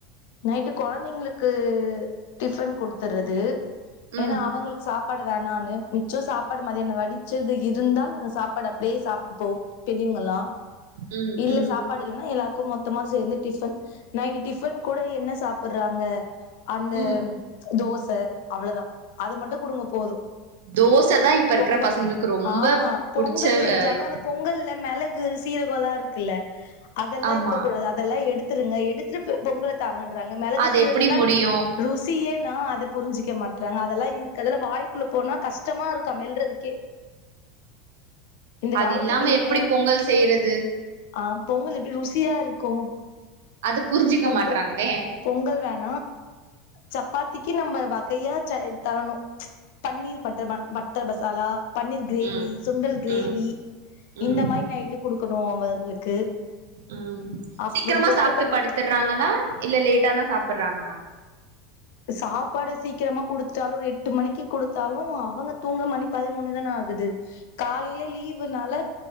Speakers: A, on the left; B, on the right.
A: நைட்டு கொழந்தைங்களுக்கு டிபன் குடுத்தறது
B: ம்
A: ஏனா அவங்களுக்கு சாப் ப்பாடு வேணான்னு மிச்சோ சாப்பாடு மதியானோ வடிச்சது இருந்தால் அந்த சாப்பாடு ப்டியே சாப்பிட்டுபோ பெரியவங்கல்லா
B: ம்
A: இல்ல
B: ம்
A: சாப்பாடு இல்லன்னா எல்லாருக்கு மொத்தமா சேந்து டிஃபன் நைட்டு டிஃபன் கூட என்ன சாப் ப்பறாங்க அந்த
B: ம்
A: தோச அவ்ளதா அது மட்டு குடுங்க போது
B: தோச தா இப்ப இருக்கிற
A: பொங்க
B: பசங்களுக்கு ரொம்ப
A: ஆமா பொங்கல்
B: புடிச்ச
A: செஞ்சாலு
B: அ இது
A: அந்த பொங்கல்ல மெள கு சீரகோளா இருக்குல்ல அதெல்லா
B: ஆமா
A: இருக்கக்கூடாது அதெல்லா எடுத்துருங்க எடுத்துருப் பொங்கல தாங்கன்ராங்கா மெளகு
B: அது
A: சீரகந்தான்
B: எப்டி முடியு
A: ருசியே ன்ன அத புரிஞ்சிக்க மாட்டறாங்க அதெல்லா இருக்குதல வாய்க்குள்ள போனா கஷ்டமா இருக்கா மெல்றதுக்கே இந்த
B: அது
A: காலத்து
B: இல்லாம
A: பிள்ளைங்க
B: எப்பிடி பொங்கல் செய்யறது
A: ஆ பொங்கல் எப்பிடி ருசியா இருக்கு
B: அத புரிஞ்சிக்க
A: பொங்கல்
B: மாட்ராங்களே
A: பொங்கல் வேணா சப்பாத்திக்கு நம்ம வகையா ச தரணு பன்னீர் பட்டர் ம மட்டர் மசாலா பன்னீர் கிரேவி
B: ம்
A: சுண்டல் கிரேவி
B: ம் ம்
A: இந்த மாரி நைட்டு குடுக்கணு அவங்களுக்கு
B: ம்
A: அப்படி
B: சீக்கிரமா
A: தொட்டுக்கனால
B: சாப்பிட்டு படுத்தறாங்களா இல்ல லேட்டாதா சாப்பறாங்களா
A: சாப்பாடு சீக்கிரமா குடுத்ட்தாலு ஒரு எட்டு மணிக்கு குடுத்தாலு அவங்க தூங்க மணி பதினொன்னு தான ஆகுது காலையில லீவுனால